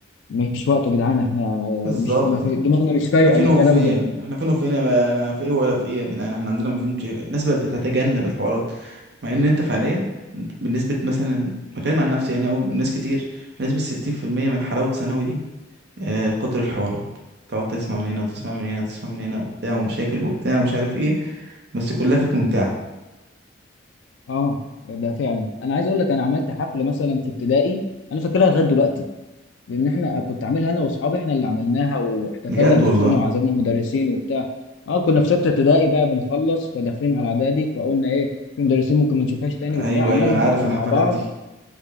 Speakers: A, on the left; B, on the right.
A: مش وقته يا جدعان احنا
B: بالظبط
A: مش ما في
B: احنا
A: دماغنا مش فايقه
B: فين
A: للكلام
B: وفين
A: ده
B: احنا فين وفين يا بقى- انا في ايه ولا في ايه يا جدعان احنا عندنا فين كتير. الناس بقت بتتجنب الحوارات مع ان انت فعليا بنسبة مثلا بتكلم عن نفسي يعني او ناس كتير بنسبة 60% من حلاوة ثانوي دي آه، كتر الحوارات تقعد تسمع من هنا وتسمع من هنا وتسمع من هنا وبتاع ومشاكل وبتاع ومش عارف ايه بس كلها كانت ممتعة
A: اه ده فعلا انا عايز اقول لك انا عملت حفل مثلا في ابتدائي انا فاكرها لغايه دلوقتي لان احنا كنت عاملها انا واصحابي احنا اللي عملناها واحتفلنا
B: بجد
A: بنفسنا
B: والله
A: وعزمنا مدرسين وبتاع اه كنا في سته ابتدائي بقى بنخلص فداخلين على اعدادي فقلنا ايه في مدرسين ممكن ما نشوفهاش تاني
B: ايوه
A: وبتاع عملنا
B: ايوه انا
A: حفله
B: عارف الحفلات
A: مع بعض
B: دي